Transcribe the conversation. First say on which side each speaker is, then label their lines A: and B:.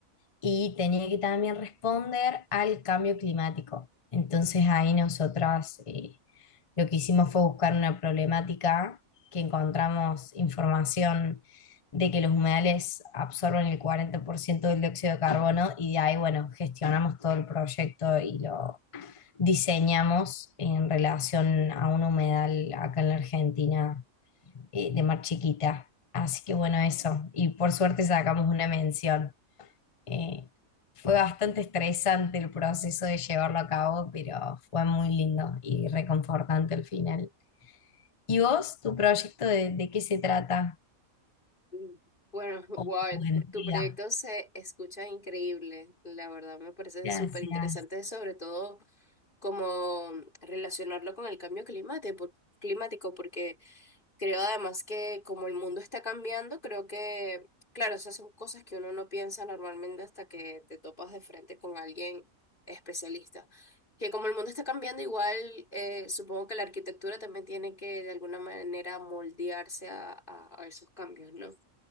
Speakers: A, on the left; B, on the left.
A: y tenía que también responder al cambio climático. Entonces ahí nosotras eh, lo que hicimos fue buscar una problemática que encontramos información de que los humedales absorben el 40% del dióxido de carbono y de ahí, bueno, gestionamos todo el proyecto y lo diseñamos en relación a un humedal acá en la Argentina eh, de Mar Chiquita. Así que bueno, eso. Y por suerte sacamos una mención. Eh, fue bastante estresante el proceso de llevarlo a cabo, pero fue muy lindo y reconfortante al final. ¿Y vos, tu proyecto de, de qué se trata?
B: Mm, Bueno, <laughs> wow,
A: Oh, buen
B: tu
A: día.
B: proyecto se escucha increíble, la verdad me parece
A: Gracias.
B: súper interesante, sobre todo como relacionarlo con el cambio climático, climático, porque creo además que como el mundo está cambiando, creo que, claro, esas son cosas que uno no piensa normalmente hasta que te topas de frente con alguien especialista. Que como el mundo está cambiando, igual eh, supongo que la arquitectura también tiene que de alguna manera moldearse a, a- a esos cambios, ¿no?